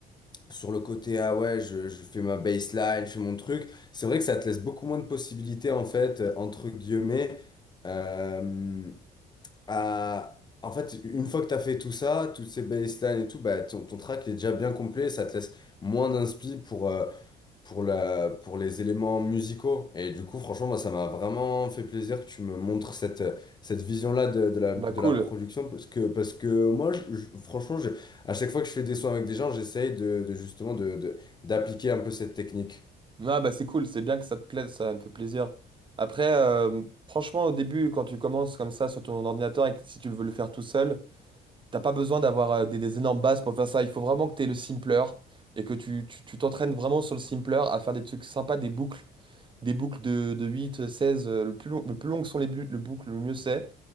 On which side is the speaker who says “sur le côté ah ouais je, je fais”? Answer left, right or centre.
Left